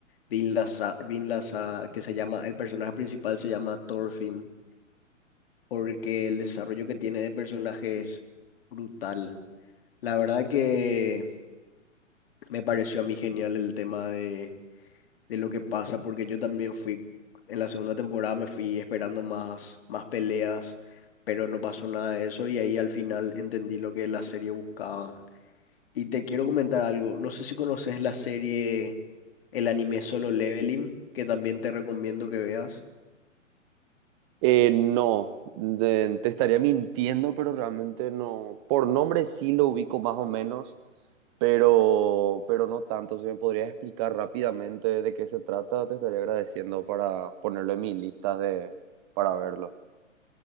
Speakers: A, on the left; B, on the right.
A: Vin Lasa- Vin Lasa- que se llama, el personaje principal se llama Thorfinn, porque el desarrollo que tiene de personaje es brutal. La verdad que me pareció a mí genial el tema de, de lo que pasa, porque yo también fui, en la segunda temporada me fui esperando más, más peleas, pero no pasó nada de eso y ahí al final entendí lo que la serie buscaba. Y te quiero comentar algo, no sé si conoces la serie, el anime Solo Leveling, que también te recomiendo que veas.
B: Eh, no, de- te estaría mintiendo, pero realmente no. Por nombre sí lo ubico más o menos, pero, pero no tanto. Si me podrías explicar rápidamente de qué se trata, te estaría agradeciendo para ponerlo en mis listas de, para verlo.